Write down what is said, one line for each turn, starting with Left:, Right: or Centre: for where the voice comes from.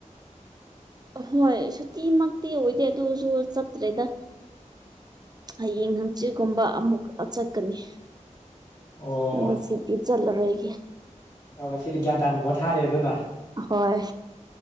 Right: ꯍꯣꯏ ꯁꯨꯇꯤꯃꯛꯇꯤ ꯑꯣꯏꯗꯦ ꯑꯗꯨꯁꯨ ꯆꯠꯇ꯭ꯔꯦꯗ ꯍꯌꯦꯡ ꯍꯪ ꯁꯤꯒꯨꯝꯕ ꯑꯃꯨꯛ ꯆꯠꯀꯅꯤ
Left: ꯑꯣ
Right: ꯑꯗꯨꯒ ꯁꯤꯗꯤꯤ ꯆꯠꯂꯔꯒꯦ
Left: ꯑꯗꯨꯒ ꯁꯤꯗꯤ ꯒ꯭ꯌꯥꯟ ꯇꯥꯅ ꯄꯣꯠ ꯊꯥꯔꯦ ꯑꯗꯨꯅ
Right: ꯍꯣꯏ